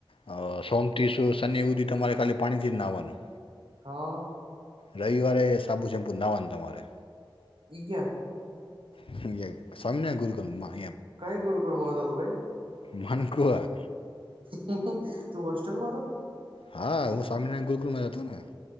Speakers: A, on the left; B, on the right.
A: અહ સોમથીસ શનિ સુધી તમારે ખાલી પાણીથી જ નહાવાનું.
B: હા.
A: રવિવારે સાપુ શેમ્પુ ને નાહવાનું તમારે.
B: ઈ ક્યા?
A: અહીંયા સ્વામિનારાયા ગુરુકુળ માં.
B: કઈ ગુરુકુળ માં હતો તુ ભાઈ?
A: મનખો હૈ.
B: તું હોસ્ટેલમાં હતો?
A: હા હું સ્વામીનારાયણ ગુલકુળ માં હતો ને.